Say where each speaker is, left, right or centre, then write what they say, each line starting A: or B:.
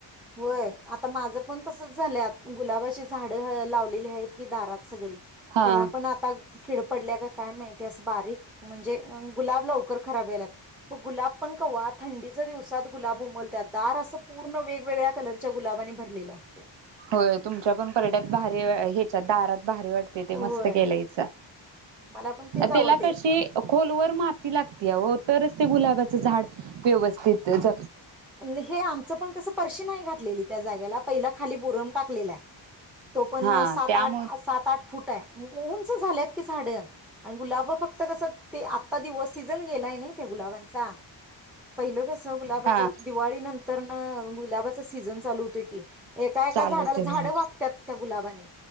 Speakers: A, in the centre; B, on the right.
A: होय आता माझं पण तसच झाल्यात गुलाबाची झाडं ह लावलेली आहेत की दारात सगळी
B: हा
A: त्याला पण आता किड पडल्या का? काय माहिती असं बारीक म्हणजे अ गुलाब लवकर खराब व्हायल्यात. गुलाब पण कवा थंडीत चा दिवसात गुलाब उमलत्यात दार असं पूर्ण वेग वेगळ्या कलरच्या गुलाबानी भरलेलं असते.
B: होय, तुमच्या पण परड्यात भारी वे ह्याच्यात दारात भारी वाटते ते
A: होय
B: मस्त केलंय सा.
A: मला पण तेच आवडतय
B: त्याला कशी खोलवर मात किती लागतीया ओ तरचं ते गुलाबाचं झाड व्यवस्थित ज
A: ने हे आमचं पण कस परशी नाही घात तलेले, त्या जाग्याला पहिला खाली बुरम टाकलेला आहे. तो पण
B: हा
A: सात-आठ,
B: त्यामुळे
A: सात-आठ फुट तय, उंच झाल्यात की झाडय आणि गुलाबं फक्त कसं ते आत ता दिवस सीझन गेलाय नाही त्या गुलाबांचा, पहिलं कसं गुलाबाचा
B: हा
A: दिवाळी नंतर ना गुलाबाचा सीझन चालू होतय की. एका-एका
B: चालवते
A: झाडाला झाडं
B: होय
A: वागत्यात त्या गुलाबाने